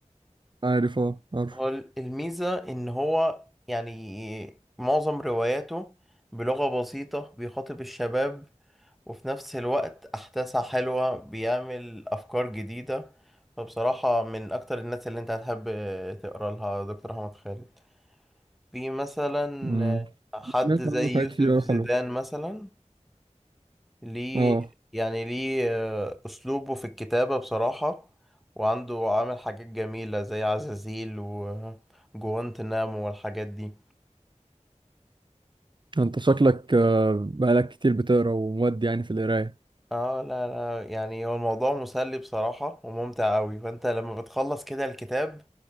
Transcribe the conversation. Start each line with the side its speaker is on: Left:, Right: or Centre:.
Right: عارف اه عارف
Centre: هو الميزة إن هو يعني معظم رواياته بلغة بسيطة بيخاطب الشباب وفي نفس الوقت أحداثها حلوة بيعمل أفكار جديدة فبصراحة من أكتر الناس اللي أنت هتحب تقرأ لها دكتور أحمد خالد في مثلا
Right: امم
Centre: حد
Right: سمعت
Centre: زي
Right: عنه حاجات
Centre: يوسف
Right: كتير اوي
Centre: زيدان
Right: حلوة
Centre: مثلا ليه
Right: اه
Centre: يعني ليه آه، أسلوبه في الكتابة بصراحة وعنده عامل حاجات جميلة زي عزازيل وجوانتنامو والحاجات دي
Right: انت شكلك آه، بقالك كتير بتقرا ومودي يعني في القراية
Centre: اه لا لا يعني هو الموضوع مسلي بصراحة وممتع أوي فأنت لما بتخلص كده الكتاب